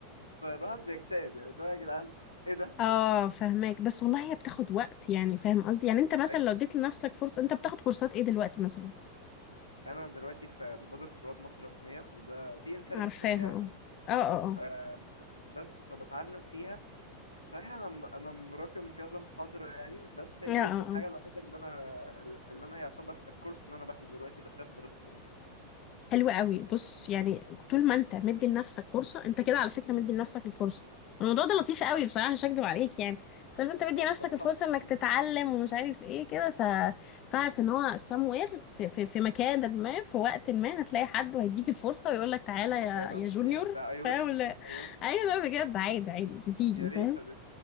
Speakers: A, on the left; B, on the left.
A: فالواحد بيكتئب يعني اللي هو يا جدعان ايه ده
B: اه فهماك بس والله هي بتاخد وقت يعني فاهم قصدي يعني انت مثلا
A: اكيد
B: لو اديت لنفسك فرصة انت بتاخد كورسات ايه دلوقتي مثلا
A: انا دلوقتي في مبادره رواد مصر الرقميه وده دي انترنشيب
B: عارفاها
A: يعني
B: اه اه اه
A: آه، بس فبتعلم فيها صحيح انا م- انا مراكم كذا محاضرة يعني بس هي
B: اه
A: دي
B: اه
A: الحاجة
B: اه
A: الوحيدة اللي انا اللي انا يعتبر الكورس اللي انا باخده دلوقتي بخلاف دراستي يعني
B: حلو قوي بص يعني طول ما انت مدي لنفسك فرصه انت كده على فكره مدي لنفسك الفرصه الموضوع ده لطيف قوي بصراحه مش هكدب عليك يعني طول ما انت مدي
A: طب
B: نفسك
A: طب الحمد
B: الفرصه انك
A: لله
B: تتعلم ومش عارف ايه كده ف فاعرف ان هو somewhere في, في, في مكان ما في وقت ما هتلاقي حد وهيديك الفرصه ويقول لك تعالى يا
A: يا رب
B: يا جونيور
A: يعني ده اي وش
B: فاهم ولا
A: اي وش
B: ايوه لا بجد عادي عادي بتيجي
A: يا ريت
B: فاهم
A: يا ريت.